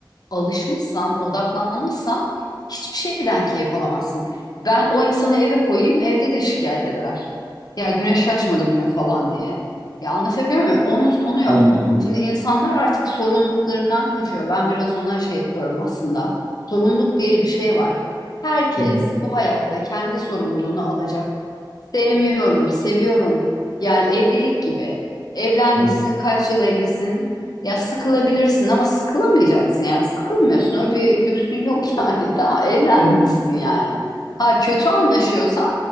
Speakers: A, on the left; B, on the right.
A: alışmışsan, odaklanmışsan hiçbir şeyden keyif alamazsın. Ben o insanı eve koyayım, evde de şikayet eder. Ya güneş açmadı bugün falan diye. Ya anlatabiliyor muyum? Onun sonu yok.
B: Anladım. anladım.
A: Şimdi insanlar artık sorumluluklarından kaçıyor. Ben biraz ona şey yapıyorum aslında. Sorumluluk diye bir şey var. Herkes
B: Hı hı.
A: bu hayatta kendi sorumluluğunu alacak. Sevmiyorum, seviyorum. Yani evlilik gibi. Evlenmişsin,
B: Hı hı.
A: kaç yıl evlisin? Ya sıkılabilirsin ama sıkılamayacaksın ya. Sıkılmıyorsun. Öyle bir lüksün yok yani. <laughs> Tamam, evlenmişsin
B: <laughs>
A: yani. Ha kötü anlaşıyorsa